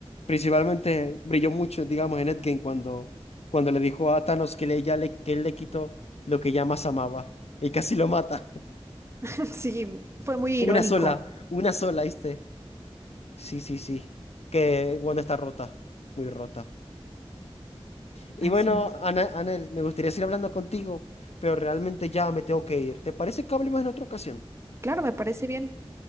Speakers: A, on the left; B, on the right.
A: Principalmente brilló mucho, digamos, en Endgame cuando, cuando le dijo a Thanos que, le, ya le, que él le quitó lo que ya más amaba y casi lo mata. <laughs>
B: <laughs> Sí, fue muy
A: Una
B: irónico.
A: sola, una sola, ¿viste? Sí, sí, sí. Que Wanda está rota, muy rota. Y
B: Ay,
A: bueno,
B: sí.
A: Ana, Anel, me gustaría seguir hablando contigo, pero realmente ya me tengo que ir. ¿Te parece que hablemos en otra ocasión?
B: Claro, me parece bien.